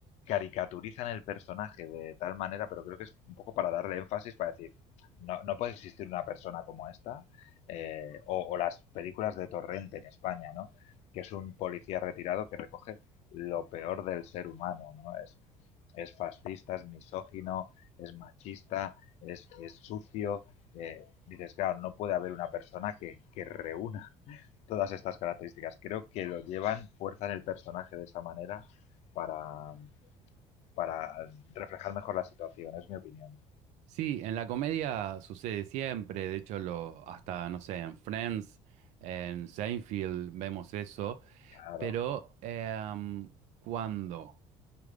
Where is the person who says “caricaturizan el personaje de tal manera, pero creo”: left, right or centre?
Left